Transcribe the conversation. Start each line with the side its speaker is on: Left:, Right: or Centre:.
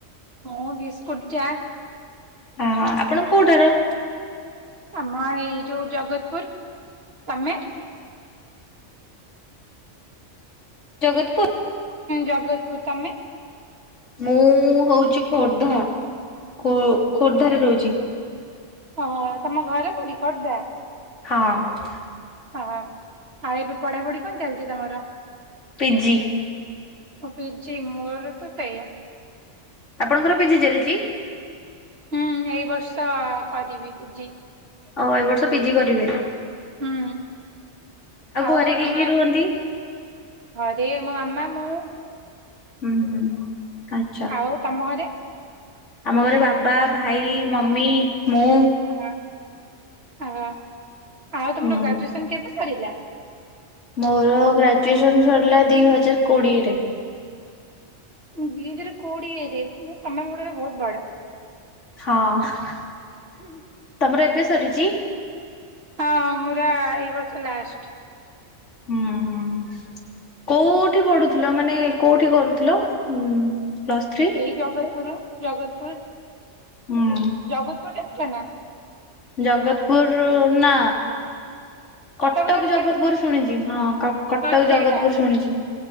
Right: ହଁ ଭିସ୍କୁଟ୍ ଚା।
Left: ଅଁ ହ ଆପଣ କୋଉଟାର?
Right: ଆମ ଏଇ ଯୋଉ ଜଗତପୁର ତମେ?
Left: ଜଗତପୁର୍
Right: ଜଗତପୁର୍ ତମେ।
Left: ମୁଁ ହୋଉଛି ଖୋର୍ଦ୍ଧା ଖୋ ଖୋର୍ଦ୍ଧାରେ ରହୁଛି।
Right: ଅହ ତମ ଘର କୋଉଠି ଖୋର୍ଦ୍ଧା।
Left: ହଁ।
Right: ହଁ ଆଉ ଏବେ ପଢାପଢି କଣ ଚାଲିଛି ତମର?
Left: ପିଜି।
Right: ବିଜି ମୂଳରୁ ତ ସେଇଆ।
Left: ଆପଣଙ୍କର ପିଜି ଚାଲିଚି?
Right: ହୁଁ ଏଇ ବର୍ଷ କରିବି ପିଜି।
Left: ଅଉ ଏ ବର୍ଷ ପିଜି କରିବି।
Right: ହୁଁ ଆଉ
Left: ଘରେ କିଏ
Right: ତମେ
Left: କିଏ ରୁହନ୍ତି?
Right: ଘରେ ମୋ ମାମା ମୁଁ।
Left: ହୁଁ ହୁଁ ଆଚ୍ଛା।
Right: ଆଉ ତମ ଘରେ
Left: ଆମ ଘରେ ବାବା ଭାଇ ମମି ମୁଁ।
Right: ହଁ ହଁ ଆଉ ତୁମର
Left: ହୁଁ
Right: ଗ୍ରାଜୁଏସନ୍ କେବେ ସରିଲା?
Left: ମୋର ଗ୍ରାଜୁଏସନ୍‌ ସରିଲା ଦି ହଜାର୍ କୋଡିଏରେ।
Right: ଦି ହଜାରେ କୋଡିଏରେ ମୁଁ ତମ ଠାରୁ ବହୁତ ବଡ଼।
Left: ହଁ।
Right: ହୁଁ ହୁଁ।
Left: ତମର ଏବେ ସରିଚି?
Right: ହଁ ମୋର ଏଇ ବର୍ଷ ଲାଷ୍ଟ।
Left: ଉଁ ହୁଁ। କୋଉଠି ପଢୁଥିଲ ମାନେ କୋଉଠି କରୁଥିଲ ଉଁ ପ୍ଲସ୍ ଥ୍ରୀ?
Right: ଏଇ ଜଗତପୁରୁ ଜଗତପୁରୁ।
Left: ହୁଁ।
Right: ଜଗତପପୁର୍ ଜାଣିଚ ନା?
Left: ଜଗତପୁରୁ ନା। କଟକ
Right: ଜାଣିଛ
Left: ଜଗତପୁରୁ
Right: ତ?
Left: ଶୁଣିଛି ହଁ କଟକ
Right: ହଁ ସେଇଟା
Left: ଜଗତପୁରୁ ଶୁଣିଛି।